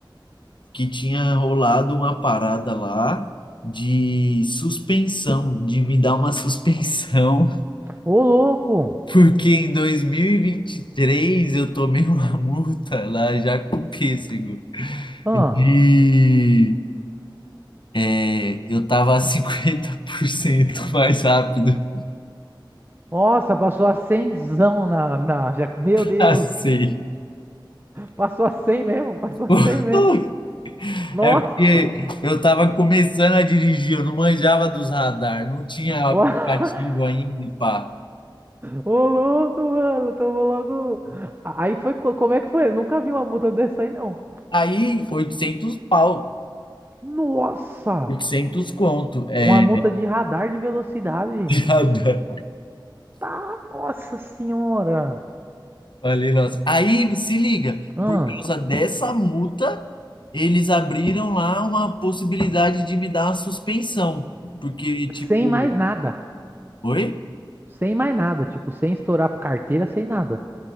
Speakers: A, on the left; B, on the right.
A: que tinha rolado uma parada lá de suspensão, de me dar uma suspensão
B: Ô, louco!
A: Porque em dois mil e e vinte e três eu tomei <laughs> uma multa lá já com pêssego
B: Ah,
A: de... é, eu tava cinquenta por cento mais rápido
B: nossa, passou a cenzão na, na... Já... Meu Deus!
A: a seis.
B: Passou a 100 mesmo? Passou a
A: <laughs>
B: 100 mesmo? Nossa!
A: É porque eu tava começando a dirigir, eu não manjava dos radar, não tinha aplicativo
B: Uau. <laughs>
A: ainda e pá.
B: Ô, louco, mano! Tomou logo... A- Aí foi... co- Como é que foi? Eu nunca vi uma multa dessa aí, não.
A: Aí, 800 pau,
B: Nossa!
A: 800 conto, é,
B: Uma multa de radar de velocidade.
A: <laughs> de radar.
B: Tá, nossa senhora!
A: Falei, nossa. Aí, se liga,
B: Ah,
A: por causa dessa multa, eles abriram lá uma possibilidade de me dar uma suspensão, porque,
B: sem
A: tipo,
B: mais nada.
A: oi?
B: Sem mais nada, tipo, sem estourar carteira, sem nada.